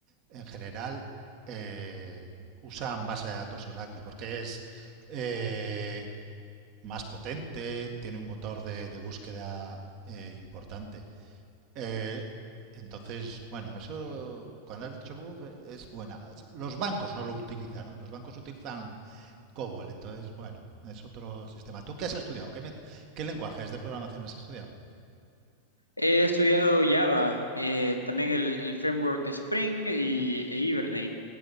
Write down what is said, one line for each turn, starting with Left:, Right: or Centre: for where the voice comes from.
Right: en general, eh, usan base de datos Oracle, porque es eh, más potente, tiene un motor de, de búsqueda eh, importante. Eh, entonces, bueno, eso, cuando has dicho buff, eh, es buena. Los bancos no lo utilizan, ¿no? Los bancos utilizan COBOL, entonces, bueno, es otro sistema. ¿Tú qué has estudiado? ¿Qué, met- qué lenguajes de programación has estudiado?
Left: He estudiado Java, eh, también el, el framework Spring y, e Hibernate